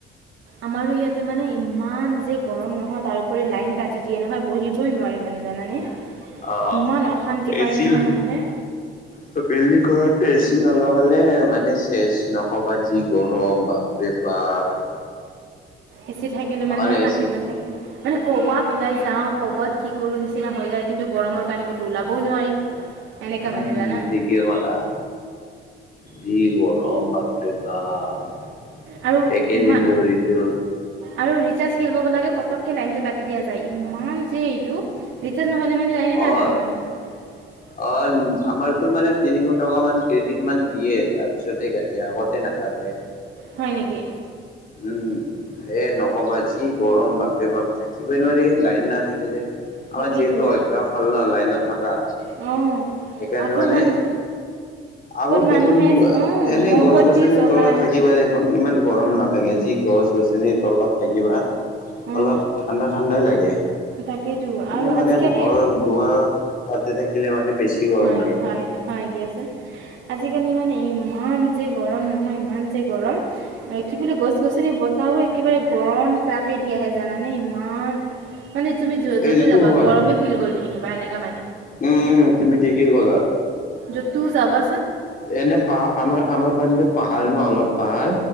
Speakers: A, on the right; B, on the left.
A: আমাৰো ইয়াতে মানে ইমান যে গৰম নহয়, তাৰ উপৰি লাইন কাটি দিয়ে নহয়। বহিবই নোৱাৰি মানে জানানে,
B: অ
A: ইমান অশান্তি
B: এচিল
A: পায় নহয় মানুহে।
B: ত, বিল্ডিং ঘৰত এচি নলগালে মানে চেচ নক'বা যি গৰম, বা ৰে বাপ।
A: এচি থাকিলে
B: সেইকাৰণে
A: মানেহে শান্তিত
B: এচি
A: মতে থাকে। মানে ক'ৰবাত ওলাই যাওঁ ক'ৰবাত কি কৰোঁ নিচিনা হৈ যায়, কিন্তু গৰমৰ কাৰণে ক'তো ওলাবয়ো নোৱাৰি। এনেকা
B: উম,
A: মানে জানা।
B: ঠিকে কলা যি গৰম গৰম বাপৰে বাপ
A: আৰু
B: এইকেইদিন
A: ইমান
B: ধৰিতো
A: আৰু ৰিচাৰ্জ শেষ হ'ব লাগে পটককৈ লাইনটো কাটি দিয়া যায় ইমান যে এইটো ৰিৰ্চাজ নহ'লে মানে লাইনেই নাথাকে
B: অ'
A: মানে।
B: অ আমাৰতো মানে তিনিশ টকা মান কেইদিনমান দিয়ে তাৰপিছতে কাটে আগতে নাকাটে।
A: হয় নেকি
B: উম এ নক'বা যি গৰম বাপৰে বাপ থাকিবই নোৱাৰি লাইন নাথাকিলে। আমাৰ
A: তাকেইতো
B: যিহেতু অভ্যাস হ'ল ন লাইনত থকা
A: অঁ
B: সেইকাৰণে
A: আগৰ
B: মানে
A: মানুহ
B: আগত
A: মানুহে
B: দেখোন
A: অঁ
B: এনেই
A: মমবতি
B: গছ গছনিৰ
A: জ্বলাই
B: তলত থাকিব দেখোন। খন ইমান গৰম নালাগে যি গছ গছনিৰ তলত থাকিবা
A: অঁ
B: অলপ ঠাণ্ডা ঠাণ্ডাই লাগে
A: তাকেতো
B: এনে
A: আৰু
B: মানে
A: আজিকালি
B: ঘৰ দুৱাৰ তাতে থাকিলে মানে বেছি। গৰম
A: হয়
B: লাগে
A: হয়
B: অলপ
A: হয় দিয়াচোন। আজিকালি মানে ইমান যে গৰম নহয় ইমান যে গৰম কি বুলি গছ গছনি বতাহো একেবাৰে গৰম তাপে দি আহে জানানে ইমান মানে তুমি য'তে
B: এইটোতো
A: যাবা
B: হয়
A: গৰমে ফিল কৰি থাকিবা এনেকুৱা মানে।
B: উম উ তুমি ঠিকেই কলা
A: য'তো যাবা
B: এনে পাহাৰ আমাৰ আমাৰ ফালে পাহাৰ ন অলপ পাহাৰ